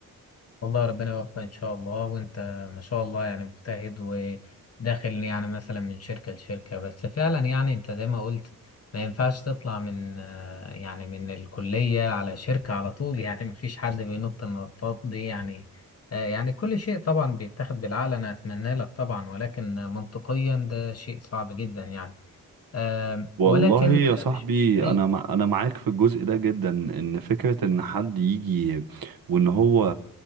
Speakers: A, on the left; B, on the right.
A: والله ربنا يوفقك ان شاء الله وانت ما شاء الله يعني مجتهد وداخل يعني مثلا من شركة لشركة بس فعلا يعني انت زي ما قلت ما ينفعش تطلع من آه، يعني من الكلية على شركة على طول <laughs> يعني ما فيش حد بينط النطاط دي يعني آه، يعني كل شيء طبعا بيتاخد بالعقل انا اتمنى لك طبعا ولكن منطقيا ده شيء صعب جدا يعني آم،
B: والله
A: ولكن
B: يا صاحبي
A: مش مستحيل
B: أنا مع أنا معاك في الجزء ده جدا إن فكرة إن حد يجي وإن هو